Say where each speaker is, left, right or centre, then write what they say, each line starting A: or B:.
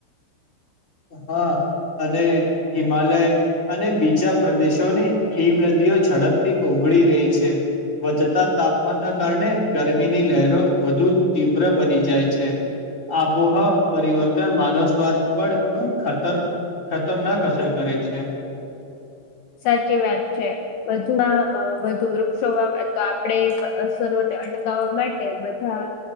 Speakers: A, on the left (about 15°); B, on the left (about 70°).
A: <inaudible> અને હિમાલય અને બીજા પ્રદેશોની હિમ નદીઓ ઝડપથી ઉભ ઉગડી રહી છે. વધતા તાપમાનના કારણે ગરમીની લહેરો વધુ તીવ્ર બની જાય છે. <unintelligible> પરિવર્તન માનવ સ્વાસ્થ્ય <unintelligible> પણ ખતર ખતરનાક અસર કરે છે.
B: સાચી વાત છે, વધુમાં વધુ વૃક્ષોમાં તો આપડે અસરોને અટકાવવા માટે બધા